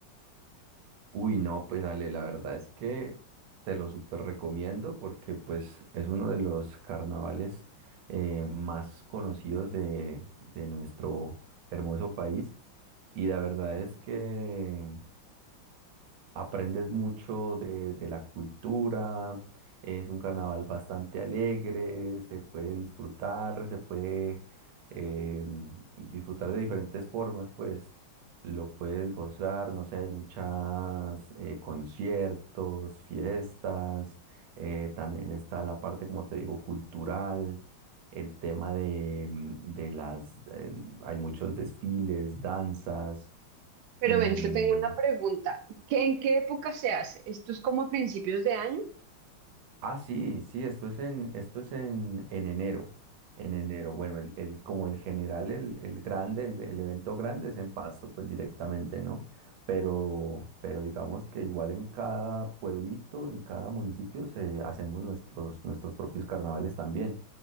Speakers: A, on the right (about 85°); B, on the right (about 70°).
A: Uy, no, pues Ale, la verdad es que te lo súper recomiendo porque pues es uno de los carnavales eh, más conocidos de, de nuestro hermoso país y la verdad es que aprendes mucho de, de la cultura, es un carnaval bastante alegre, se puede disfrutar, se puede eh, disfrutar de diferentes formas, pues lo puedes gozar, no sé, hay muchas eh, conciertos, fiestas, eh, también está la parte, como te digo, cultural. El tema de, mm, de las, el- hay muchos desfiles, danzas,
B: Pero
A: mm,
B: ven, te tengo una pregunta. ¿Qué- en qué época se hace? ¿Esto es como a principios de año?
A: Ah, sí, sí, esto es en, esto es en, en enero. En enero, bueno, el, el- como el general, el, el grande, el, el evento grande es en Pasto, pues directamente, ¿no? Pero, pero digamos que igual en cada pueblito, en cada municipio, se, hacemos nuestros, nuestros propios carnavales también.